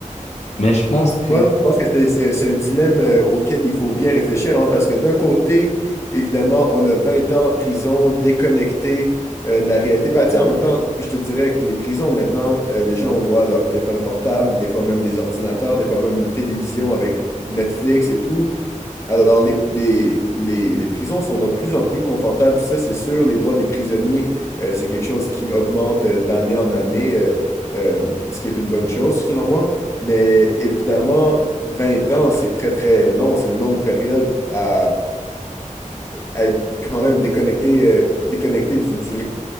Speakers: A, on the left; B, on the left.
A: Mais je pense que...
B: Ouais, non, je pense que c'est c'est- c'est un dilemme euh, auquel il faut bien réfléchir, hein, parce que d'un côté, évidemment, on a 20 ans en prison, déconnecté euh, de la réalité. Bah, tu sais, en même temps, je te dirais que les prisons, maintenant, euh, les gens ont droit à leur téléphone portable, des fois même des ordinateurs, des fois même une télévision avec Netflix et tout. Alors, les, les, les, les prisons sont de plus en plus confortables, ça c'est sûr. Les droits des prisonniers, euh, c'est quelque chose qui augmente euh, d'année en année, euh, euh, ce qui est une bonne chose selon moi. Mais évidemment, 20 ans, c'est très très long, c'est une longue période à, à être quand même déconnecté, euh, déconnecté du, du